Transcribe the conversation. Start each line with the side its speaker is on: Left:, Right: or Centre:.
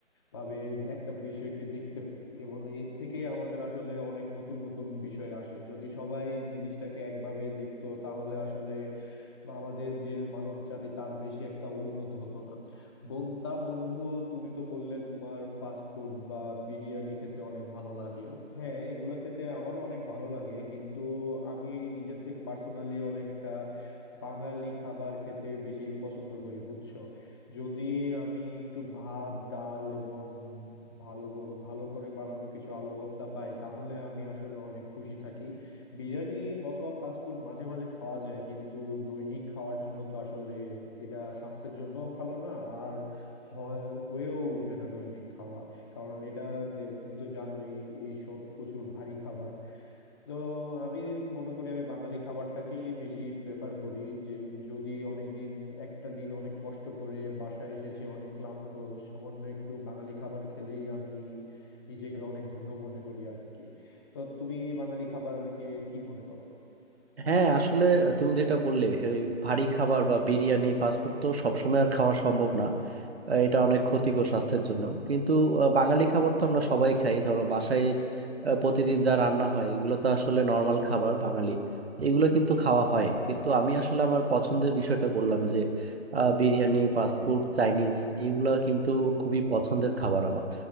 Left: ভাবে একটা বিষয়কে দেখতে পারি এবং এর থেকে আমাদের আসলে অনেক নতুন নতুন বিষয় আসে যদি সবাই জিনিসটাকে একভাবে দেখতো তাহলে আসলে আমাদের যে মানব জাতি তার বেশি একটা উন্নত হতো না বোন তা বন্ধু তুমি তো বললে তোমার ফাস্ট ফুড বা বিরিয়ানি খেতে অনেক ভালো লাগে হ্যাঁ এগুলো খেতে আমারও অনেক ভালো লাগে কিন্তু আমি নিজের থেকে পার্সোনালি অনেকটা বাঙালি খাবার খেতে বেশি পছন্দ করি বুঝছো যদি আমি একটু ভাত ডাল এবং ভালো ক- ভালো করে বানানো কিছু আলু ভর্তা পাই তাহলে আমি আসলে অনেক খুশি থাকি বিরিয়ানি অথবা ফাস্টফুড মাঝে মাঝে খাওয়া যায় কিন্তু দৈনিক খাওয়ার জন্য তো আসলে এটা স্বাস্থ্যের জন্য ভালো না আর হয় হয়েও ওঠে না দৈনিক খাওয়া কারণ এটা দে- তুমি তো জানোই এইসব প্রচুর ভারী খাবার তো আমি মনে করি আমি বাঙালি খাবারটাকেই বেশি প্রেফার করি যে যদি অনেকদিন একটা দিন অনেক কষ্ট করে বাসায় এসেছি অনেক ক্লান্ত সামান্য একটু বাঙালি খাবার খেলেই আমি নিজেকে অনেক ধন্য মনে করি আর কি তো তুমি বাঙালি খাবারকে কি মনে করো
Right: হ্যাঁ আসলে তুমি যেটা বললে ওই ভারী খাবার বা বিরিয়ানি ফাস্টফুড তো সবসময় আর খাওয়া সম্ভব না আহ, এটা অনেক ক্ষতিকর স্বাস্থ্যের জন্য কিন্তু আহ, বাঙালি খাবার তো আমরা সবাই খাই ধরো বাসায় আহ, প্রতিদিন যা রান্না হয় এগুলো তো আসলে নর্মাল খাবার বাঙালি এগুলো কিন্তু খাওয়া হয় কিন্তু আমি আসলে আমার পছন্দের বিষয়টা বললাম যে আহ, বিরিয়ানি ফাস্টফুড চাইনিজ এগুলো কিন্তু খুবই পছন্দের খাবার আমার